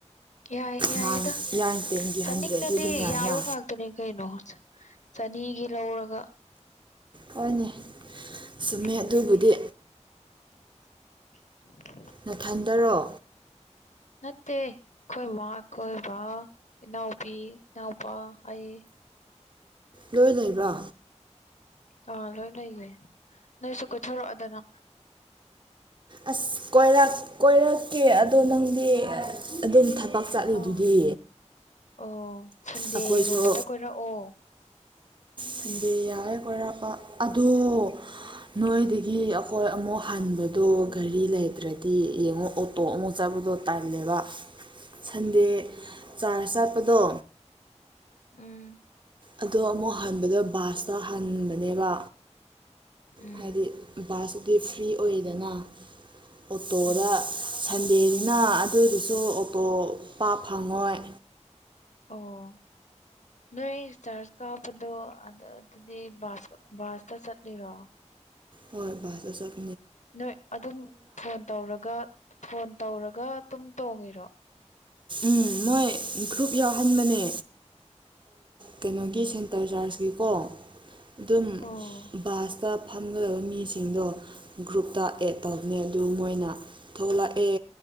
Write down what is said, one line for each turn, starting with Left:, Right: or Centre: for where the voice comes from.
Left: ꯌꯥꯏ ꯌꯥꯏꯗ
Right: ꯅꯥꯏꯟ ꯏꯔꯥꯏꯟ ꯇꯦꯟꯒꯤ
Left: ꯆꯥꯅꯤꯡꯂꯗꯤ
Right: ꯍꯟꯗ꯭ꯔꯦꯠꯇꯤ ꯑꯗꯨꯝ ꯌꯥꯏꯅ
Left: ꯌꯥꯕ ꯉꯥꯛꯇꯅꯦ ꯀꯩꯅꯣ ꯆꯅꯤꯒꯤ ꯂꯧꯔꯒ
Right: ꯍꯣꯏꯅꯦ
Left: ꯊꯣꯡꯖꯔꯦ
Right: ꯁꯨꯝꯃꯦ ꯑꯗꯨꯕꯨꯗꯤ
Left: <inaudible>
Right: ꯅꯊꯟꯗꯔꯣ
Left: ꯅꯠꯇꯦ ꯑꯩꯈꯣꯏ ꯃꯥ ꯈꯣꯏ ꯕꯥ ꯏꯅꯥꯎꯕꯤ ꯏꯅꯥꯎꯄꯥ ꯑꯩ
Right: ꯂꯣꯏ ꯂꯩꯕ꯭ꯔꯣ
Left: ꯑꯥ ꯂꯣꯏ ꯂꯩꯌꯦ ꯅꯣꯏꯁꯨ ꯀꯣꯏꯊꯣꯔꯛꯑꯣꯗꯅ
Right: ꯑꯁ ꯀꯣꯏ ꯀꯣꯏꯔꯛꯀꯦ ꯑꯗꯣ ꯅꯪꯗꯤ ꯑꯗꯨꯝ ꯊꯕꯛ ꯆꯠꯂꯤꯗꯨꯗꯤ
Left: ꯑꯥ ꯑꯣ ꯁꯟꯗꯦꯒꯨꯝꯕꯗ
Right: ꯑꯩꯈꯣꯏꯁꯨ
Left: ꯀꯣꯏꯔꯛꯑꯣ
Right: ꯁꯟꯗꯤ ꯌꯥꯔꯦ ꯀꯣꯏꯔꯛꯄ ꯑꯗꯣ ꯅꯣꯏꯗꯒꯤ ꯑꯩꯈꯣꯏ ꯑꯃꯨꯛ ꯍꯟꯕꯗꯣ ꯒꯥꯔꯤ ꯂꯩ ꯑꯗꯨ꯭ꯔꯗꯤ ꯌꯦꯡꯉꯣ ꯑꯣꯇꯣ ꯑꯃꯨꯛ ꯆꯠꯄꯗꯣ ꯇꯜꯂꯦꯕ ꯁꯟꯗꯦ ꯆꯨꯠꯆ ꯆꯠꯄꯗꯣ
Left: ꯎꯝ
Right: ꯑꯗꯣ ꯑꯃꯨꯛ ꯍꯟꯕꯗꯣ ꯕꯥꯁꯇ ꯍꯟꯕꯅꯦꯕ
Left: ꯎꯝ
Right: ꯍꯥꯏꯗꯤ ꯕꯥꯁꯇꯨꯗꯤ ꯐ꯭ꯔꯤ ꯑꯣꯏ ꯑꯣꯇꯣꯗ
Left: ꯎꯝ
Right: ꯁ ꯗꯅꯤꯅ ꯑꯗꯨꯒꯤꯁꯨ ꯑꯣꯇꯣ ꯄꯥꯛ ꯐꯪꯉꯣꯏ
Left: ꯑꯣ ꯅꯣꯏ ꯆꯥꯔꯖ ꯀꯥꯄꯗꯣ ꯑꯗꯨ ꯑꯗꯨꯗꯤ ꯕꯥꯁ ꯕꯥꯁꯇ ꯆꯠꯂꯤꯔꯣ
Right: ꯍꯣꯏ ꯕꯥꯁ ꯇꯥ ꯆꯠ
Left: ꯅꯣꯏ ꯑꯗꯨꯝ ꯐꯣꯟ ꯇꯧꯔꯒ ꯐꯣꯟ ꯇꯧꯔꯒ ꯑꯗꯨꯝ ꯇꯣꯡꯉꯤꯔꯣ
Right: ꯎꯝ ꯃꯣꯏ ꯒ꯭ꯔꯨꯞ ꯌꯥꯎꯍꯟꯕꯅꯦ ꯀꯩꯅꯣꯒꯤ ꯁꯦꯟꯇꯔ ꯆꯥꯔꯖ ꯀꯤꯀꯣ ꯑꯗꯨꯝ
Left: ꯎꯝ
Right: ꯕꯥꯁꯇ ꯐꯝꯒꯗꯕ ꯃꯤꯁꯤꯡꯗꯣ ꯒ꯭ꯔꯨꯞꯇ ꯑꯦꯗ ꯇꯧꯅꯦ ꯑꯗꯨ ꯃꯣꯏꯅ ꯊꯣꯛꯂꯛꯑꯦ